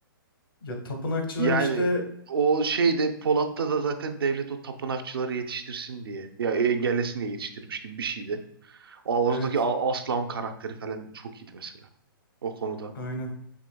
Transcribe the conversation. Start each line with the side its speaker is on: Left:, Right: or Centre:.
Left: Ya tapınakçılar
Right: Yani
Left: işte
Right: o şeyde Polat'ta da zaten devlet o tapınakçıları yetiştirsin diye ya engellesin diye yetiştirmiş gibi bir şeydi. Oğuz'daki
Left: evet
Right: A- Aslan karakteri falan çok iyiydi mesela. O konuda.
Left: aynen.